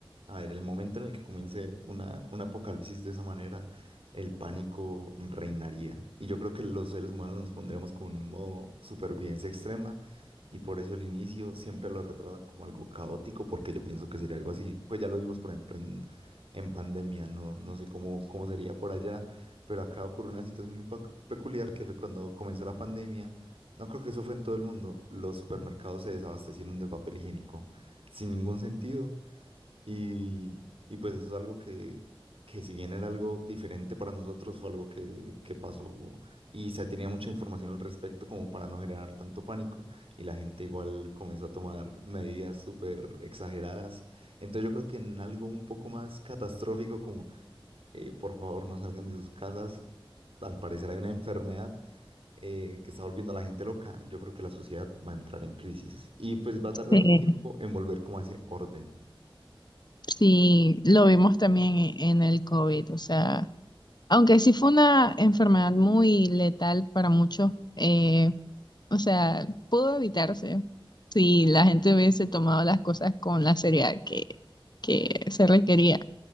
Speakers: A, on the right (about 80°); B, on the left (about 50°).
A: a ver, el momento en el que comience una, un apocalipsis de esa manera, el pánico reinaría. Y yo creo que los seres humanos nos pondríamos con un modo supervivencia extrema y por eso el inicio siempre lo retratan como algo caótico porque yo pienso que sería algo así. Pues ya lo vimos, por ejemplo, en, en pandemia, no, no sé cómo, cómo sería por allá, pero acá ocurrió una situación muy pac- peculiar que fue cuando comenzó la pandemia. No creo que eso fue en todo el mundo. Los supermercados se desabastecieron de papel higiénico sin ningún sentido. Y, y pues eso es algo que, que si bien era algo diferente para nosotros, fue algo que, que pasó y se tenía mucha información al respecto como para no generar tanto pánico y la gente igual comenzó a tomar medidas súper exageradas. Entonces yo creo que en algo un poco más catastrófico como eh, por favor no salgan de sus casas. Al parecer hay una enfermedad eh, que está volviendo a la gente loca, yo creo que la sociedad va a entrar en crisis y pues va a tardar
B: Sí,
A: un tiempo en volver como a ese orden.
B: sí, lo vimos también en en el COVID, o sea. Aunque sí fue una enfermedad muy letal para muchos, eh, o sea, pudo evitarse si la gente hubiese tomado las cosas con la seriedad que, que se requería.